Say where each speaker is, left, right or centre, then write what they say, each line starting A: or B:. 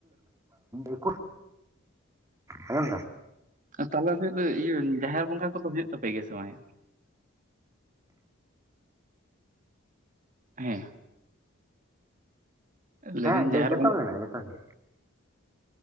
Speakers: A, on the right; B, on the right.
A: ᱮᱠᱩᱥ ᱟᱸᱡᱚᱢ ᱫᱟᱢ
B: ᱛᱟᱦᱚᱞᱮ ᱟᱯᱮ ᱥᱮᱫ ᱫᱚ ᱤᱭᱟᱹ ᱡᱟᱦᱮᱨ ᱵᱚᱸᱜᱟ ᱠᱚᱫᱚ ᱦᱩᱭᱩᱜ ᱛᱟᱯᱮ ᱜᱮᱭᱟ ᱥᱮ ᱵᱟᱝ ᱦᱮᱸᱭᱟ ᱞᱟᱹᱭᱫᱟᱹᱧ
A: ᱦᱮᱸ ᱡᱚᱛᱚ
B: ᱡᱟᱦᱮᱨ ᱵᱚᱸᱜᱟ
A: ᱜᱮ ᱢᱮᱱᱟᱜᱼᱟ ᱡᱚᱛᱚ ᱜᱮ